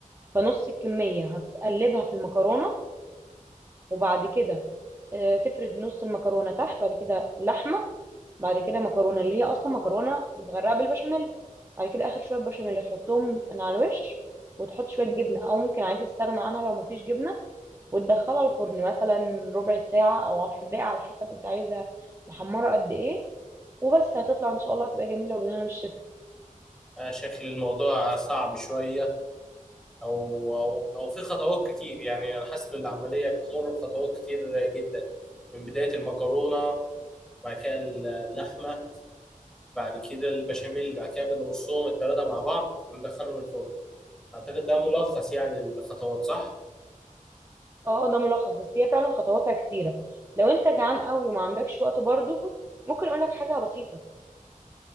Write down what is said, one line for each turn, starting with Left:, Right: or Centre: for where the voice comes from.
Right: فنص الكمية هتقلبها في المكرونة وبعد كده آه، تفرد نص المكرونة تحت بعد كده لحمة بعد كده مكرونة اللي هي أصلا مكرونة متغرقة بالبشاميل بعد كده آخر شوية بشاميل تحطهم من على الوش وتحط شوية جبنة أو ممكن عادي تستغنى عنها لو مفيش جبنة وتدخلها الفرن مثلا ربع ساعة أو عشر دقايق على حسب أنت عايزها محمرة قد إيه وبس هتطلع إن شاء الله تبقى جميلة وبالهنا والشفا
Centre: آه، شكل الموضوع صعب شوية أو أو أو في خطوات كتير يعني أنا حاسس إن العملية بتمر بخطوات كتير جدا من بداية المكرونة بعد كده اللحمة بعد كده البشاميل بعد كده بنرصهم التلاتة مع بعض وندخلهم الفرن أعتقد ده ملخص يعني الخطوات صح؟
Right: اه ده ملخص بس هي فعلا خطواتها كتيرة لو انت جعان قوي وما عندكش وقت برضو ممكن اقول لك حاجة بسيطة